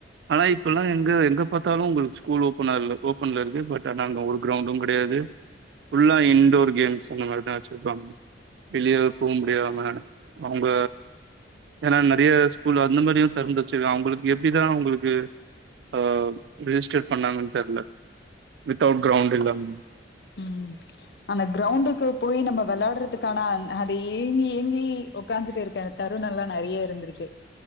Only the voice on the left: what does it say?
ம் அந்த கிஅரௌண்டுக்கு போய் நம்ம விளாடாறதுக்கான அந் அத ஏங்கி ஏங்கி உக்காந்துட்டு இருக்கற தருணல்லா நெறையா இருந்திருக்கு